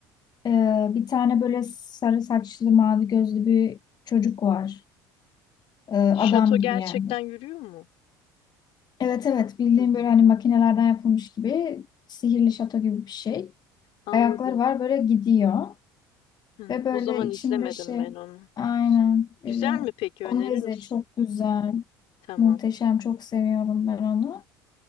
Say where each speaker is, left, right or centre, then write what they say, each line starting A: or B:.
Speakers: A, on the left; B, on the left.
A: Ee, bir tane böyle sarı saçlı mavi gözlü bir çocuk var. Ee,
B: Şato
A: adam
B: gerçekten
A: gibi yani.
B: yürüyor mu?
A: Evet evet bildiğim
B: Hmm,
A: böyle hani makinelerden yapılmış gibi sihirli şato gibi bir şey.
B: Anladım.
A: Ayakları var böyle gidiyor
B: Hmm,
A: ve böyle
B: o zaman
A: içinde
B: izlemedim
A: şey
B: ben onu.
A: aynen
B: Güz-
A: izle.
B: Güzel mi peki önerir
A: Onu da izle
B: misin?
A: çok güzel.
B: Tamam.
A: Muhteşem çok seviyorum ben onu.